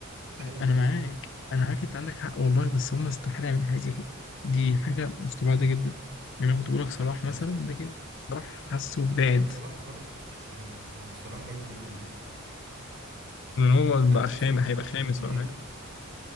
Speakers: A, on the right; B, on the left.
A: شالهم
B: أنا أنا
A: كتير
B: معاك أنا معاك أنت عندك حق والله بس هم استحالة يعملوا حاجة زي كده دي حاجة مستبعدة جدا يعني أنا كنت بقول لك صلاح
A: بس
B: مثلا ده كده صلاح حاسه
A: لا
B: بعد
A: ص- صلاح برضه مش صلاح بعيد جدا برضه
B: لان هو
A: عارف
B: بقى خامس
A: لو صلاح كان
B: هيبقى خامس
A: في النهائي
B: ولا حاجه